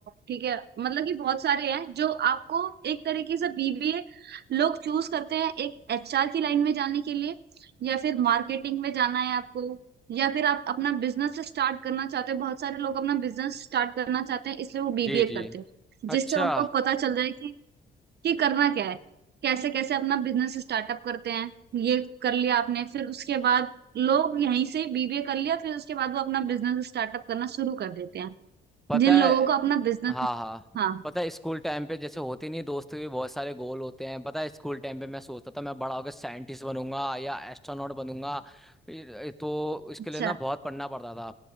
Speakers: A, on the right; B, in the centre.
A: ठीक है मतलब कि बहुत सारे हैं जो आपको एक तरीके से बीबीए लोग चूज करते हैं एक एचआर की लाइन में जाने के लिए या फिर मार्केटिंग में जाना है आपको या फिर आप अपना बिजनेस स्टार्ट करना चाहते हैं बहुत सारे लोग अपना बिजनेस स्टार्ट करना चाहते हैं इसलिए वो बीबीए
B: जी जी
A: करते हैं
B: अच्छा
A: जिससे उनको पता चल जाए कि कि करना क्या है कैसे कैसे अपना बिजनेस स्टार्टअप करते हैं ये कर लिया आपने फिर उसके बाद लोग यहीं से बीबीए कर लिया फिर उसके बाद वो अपना बिजनेस स्टार्टअप करना शुरू कर देते हैं
B: पता
A: जिन लोगों
B: है
A: को अपना बिजनेस
B: हाँ हाँ
A: हाँ
B: पता है स्कूल टाइम पे जैसे होते नहीं दोस्त के भी बहुत सारे गोल होते हैं पता है स्कूल टाइम पे मैं सोचता था मैं बड़ा होकर साइंटिस्ट बनूंगा या एस्ट्रोनॉट बनूंगा फिर- तो इसके
A: अच्छा
B: लिए ना बहुत पढ़ना पड़ता था